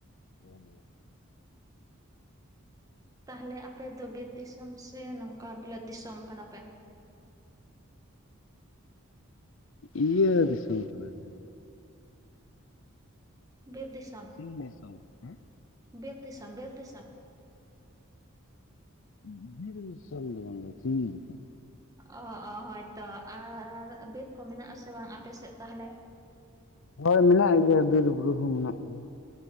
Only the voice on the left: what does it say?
<unintelligible>
ᱤᱭᱟᱹ ᱫᱤᱥᱚᱢ ᱠᱟᱱᱟ ᱞᱮ᱾
<unintelligible>
<unintelligible> ᱫᱤᱥᱚᱢ ᱫᱚ ᱵᱟᱝ <unintelligible> ᱫᱤᱥᱚᱢ
ᱦᱳᱭ ᱢᱮᱱᱟᱜ ᱜᱮᱭᱟ ᱵᱤᱨ ᱵᱩᱨᱩ ᱦᱚᱸ ᱢᱮᱱᱟᱜ ᱜᱮᱭᱟ᱾